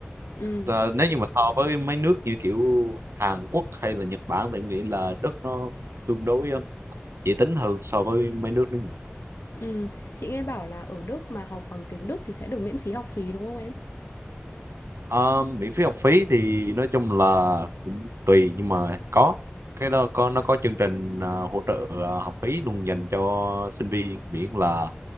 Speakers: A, on the left; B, on the right.
A: ừ,
B: Ờ, nếu như mà so với mấy nước như kiểu Hàn Quốc hay là Nhật Bản thì em nghĩ là đất nó tương đối um, dễ tính hơn so với mấy nước đó nhiều
A: ừ. Chị nghe bảo là ở Đức mà học bằng tiếng Đức thì sẽ được miễn phí học phí đúng không em?
B: Ờ, miễn phí học phí thì nói chung là cũng tùy nhưng mà có cái đó có nó có chương trình ờ, hỗ trợ ờ, học phí luôn dành cho sinh viên miễn là